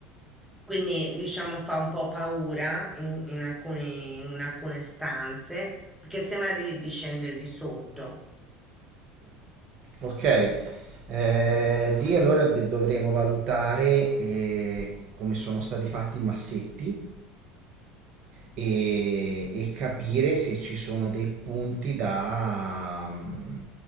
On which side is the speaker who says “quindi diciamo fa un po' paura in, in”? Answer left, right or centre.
Centre